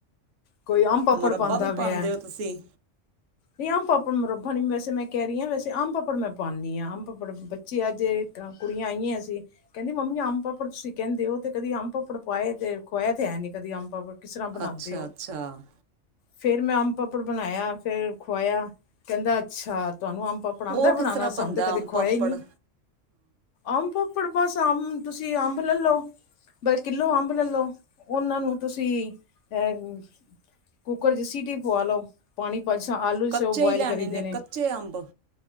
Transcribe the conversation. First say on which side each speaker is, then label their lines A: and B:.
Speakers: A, on the left (about 70°); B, on the right (about 80°).
A: ਕੋਈ ਆਮ ਪਾਪੜ
B: ਮੁਰੱਬਾ
A: ਪਾਉਂਦਾ
B: ਵੀ
A: ਪਿਆ
B: ਪਾਉਂਦੇ ਹੋ ਤੁਸੀਂ
A: ਵੀ ਆਮ ਪਾਪੜ ਮੁਰੱਬਾ ਵੈਸੇ ਮੈਂ ਕਹਿ ਰਹੀ ਵੈਸੇ ਆਮ ਪਾਪੜ ਮੈਂ ਪਾਉਂਦੀ ਹਾਂ ਆਮ ਪਾਪੜ, ਜੀ ਅੱਜ ਕੁੜੀਆਂ ਆਈਆਂ ਸੀ। ਕਹਿੰਦੀ ਮੰਮੀ ਅੰਮ ਪਾੱਪੜ ਤੁਸੀਂ ਕਹਿੰਦੇ ਹੋ ਤੇ ਕਦੀ ਅੰਬ ਪਾੱਪੜ ਪਾਏ ਤੇ ਖੁਆ ਤੇ ਹੈ ਨੀ ਕਦੀ ਅੰਮ ਪਾੱਪੜ। ਕਿਸ ਤਰ੍ਹਾਂ ਬਣਾਦੇ
B: ਅੱਛਾ
A: ਹੋ।
B: ਅੱਛਾ
A: ਫੇਰ ਮੈਂ ਅੰਬ ਪਾਪੜ ਬਣਾਇਆ ਫੇਰ ਖੁਵਾਇਆ ਕਹਿੰਦਾ। ਅੱਛਾ, ਤੁਹਾਨੂੰ ਅੰਬ ਪਾਪੜ ਪੜਦਾ
B: ਉਹ ਕਿਸ
A: ਬਣਾਣਾ
B: ਤਰ੍ਹਾਂ
A: ਸਾਨੂੰ
B: ਬਣਦਾ
A: ਤੇ ਕਦੇ
B: ਅੰਬ
A: ਖੋਇਆ
B: ਪਾਪੜ
A: ਹੀ ਨੀ। ਅੰਬ ਪਾੋਪੜ ਬਸ ਅੰਬ, ਤੁਸੀਂ ਅੰਬ ਲੈ ਲਓ। ਕਿੱਲੋ ਅੰਬ ਲੈ ਲਓ। ਉਹਨਾਂ ਨੂੰ ਤੁਸੀਂ ਅਹ ਕੁੱਕਰ ਚ ਸੀਟੀ ਪੂਆ ਲਓ। ਪਾਣੀ ਭਾਰ ਸਾਂ, ਆਲੂ ਜਿਸਰਾ
B: ਕੱਚੇ
A: ਉਹ ਬੁਆਇਲ
B: ਹੀ ਲੈਣੇ
A: ਕਰੀ
B: ਨੇ
A: ਦੇਣੇ।
B: ਕੱਚੇ ਅੰਬ